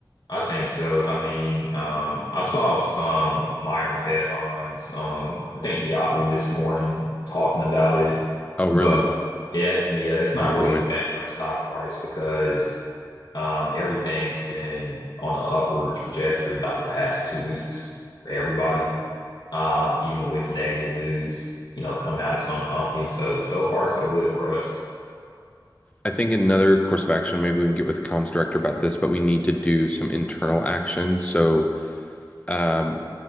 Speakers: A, on the left; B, on the left.
A: I think so. I mean, um, I saw some minor headlines on, I think Yahoo this morning talking about it,
B: Oh, really?
A: but yeah, yeah, it's not
B: Oh boy.
A: really affecting our stock price because Um, everything's been on an upward trajectory about the past two weeks for everybody, um, even with negative news, you know, coming out of some companies. So, so far, so good for us.
B: I think another course of action, maybe we can get with the comms director about this, but we need to do some internal action. So um,